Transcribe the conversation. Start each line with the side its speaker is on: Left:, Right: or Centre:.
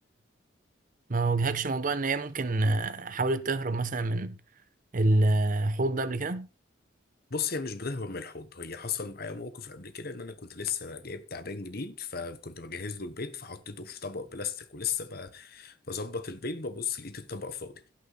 Right: ما واجهكش موضوع ان هي ممكن آه، حاولت تهرب مثلا من الحوض ده قبل كده
Left: بص هي مش بتهرب من الحوض هي حصل معايا موقف قبل كده ان انا كنت لسه جايب تعبان جديد فكنت بجهز له البيت فحطيته في طبق بلاستيك ولسه ب- بظبط البيت ببص لقيت الطبق فاضي